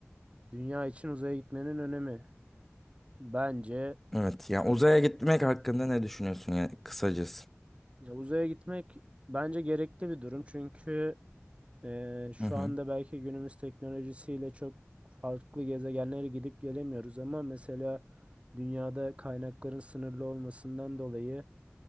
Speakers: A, on the right; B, in the centre.
A: dünya için uzaya gitmenin önemi. Bence
B: Evet yani uzaya gitmek hakkında ne düşünüyorsun yani kısacası?
A: ya uzaya gitmek bence gerekli bir durum. Çünkü e, şu
B: Hı hı.
A: anda belki günümüz teknolojisiyle çok farklı gezegenlere gidip gelemiyoruz ama mesela dünyada kaynakların sınırlı olmasından dolayı